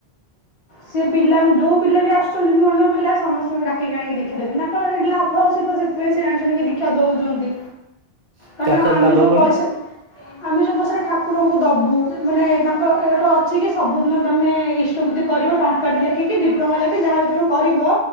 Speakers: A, on the left; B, on the right.
A: ସିଏ ପିଲା ଯଉ ପିଲା ବି ଆସୁଛନ୍ତି ନୂଆ ନୂଆ ପିଲା ସମସ୍ତଙ୍କୁ ଡାକିକି ଆଣିକି ଦୀକ୍ଷା ଦେଉଛନ୍ତି ତାଙ୍କର ସେଇଠି ଲାଭ ଅଛି ତ ସେ ସେଥିପାଇଁ ସେ ଜାଣିଶୁଣିକି ଦୀକ୍ଷା ଦଉଛନ୍ତି।
B: <inaudible>
A: କାହିଁକି
B: ତାଙ୍କର
A: ନା ଆମେ
B: ଲାଭ
A: ଯୋଉ
B: କଣ
A: ପଇସା ଆମେ ଯୋଉ ପଇସାରେ ଠାକୁରଙ୍କୁ ଦବୁ ମାନେ। ତାଙ୍କ ଏକ ଅଛି କି ସବୁଦିନ ତମେ ଇଷ୍ଟବୁତି କରିବ ଟଙ୍କାଟେ ଲେଖେକି ଦୁଇ ଟଙ୍କା ଲେଖେ ଯାହାବି ତମେ କରିବ।